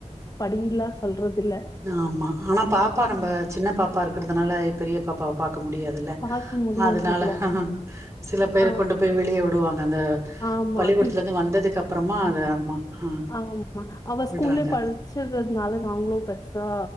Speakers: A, on the left; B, on the right.
A: படிலா சொல்றதில்ல
B: ஆமா ஆனா பாப்பா நம்ப சின்ன பாப்பா இருக்கற்துனால பெரிய பாப்பாவ பாக்க முடியா துல
A: பாக்க முடியறது
B: அதனால
A: இல்ல
B: சில பேரு
A: ஆ
B: கொண்டு போய் வெளிய வுடுவாங்க அந்த
A: ஆமா
B: பள்ளிக்கூடத்துலந்து
A: டி
B: வந்ததுக்கப்றமா அது ஆமா ஆ
A: ஆமா அவ ஸ்கூல்லயே
B: விடுறாங்க
A: படிச்சற்துனால நாங்ளு பெருசா